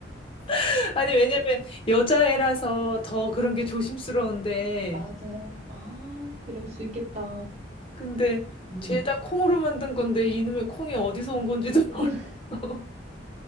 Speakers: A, on the left; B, on the right.
A: <laughs> 아니, 왜냐면 여자애라서 더 그런 게 조심스러운데
B: 맞아요. 아, 그럴 수 있겠다.
A: 근데
B: 음.
A: 죄다 콩으로 만든 건데 이놈의 콩이 어디서 온 건지도
B: <laughs>
A: <laughs> 모르겠어.